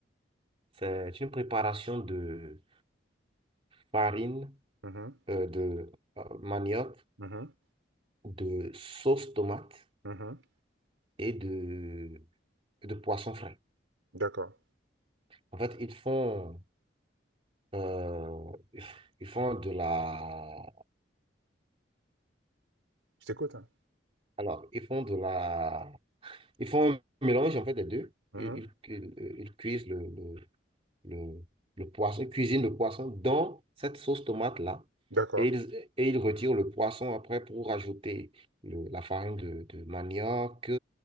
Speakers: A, on the right; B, on the right.
A: C'est une préparation de farine,
B: Mhm.
A: euh, de euh, manioc,
B: Mhm.
A: de sauce tomate
B: Mhm.
A: et de, de poisson frais.
B: D'accord.
A: En fait, ils font Euh, ils font de la...
B: Je t'écoute, hein.
A: Alors, ils font de la... Ils font un mélange, en fait, des deux.
B: Mhm.
A: Ils, ils, ils- euh, ils cuisent le, le, le, le poisson, ils cuisinent le poisson dans cette sauce tomate-là.
B: D'accord.
A: Et ils, et ils retirent le poisson après pour rajouter le- la farine de, de manioc.